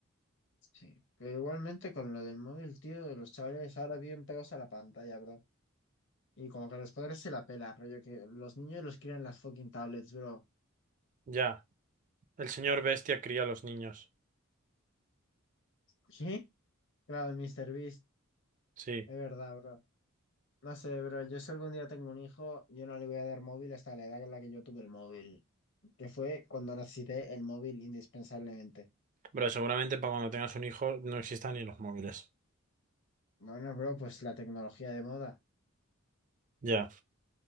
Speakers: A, on the left; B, on the right.
A: Sí. Pero igualmente con lo del móvil, tío, los chavales ahora viven pegados a la pantalla, bro. Y como que a los padres se la pela, rollo, que los niños los crían en las fucking tablets, bro.
B: Ya. El señor bestia cría a los niños.
A: ¿Sí? Claro, el míster Beast
B: Sí.
A: Es verdad, bro. No sé, pero yo si algún día tengo un hijo, yo no le voy a dar móvil hasta la edad en la que yo tuve el móvil, que fue cuando necesité el móvil indispensablemente.
B: Pero seguramente para cuando tengas un hijo no existan ni los móviles.
A: Bueno, bro, pues la tecnología de moda.
B: Ya.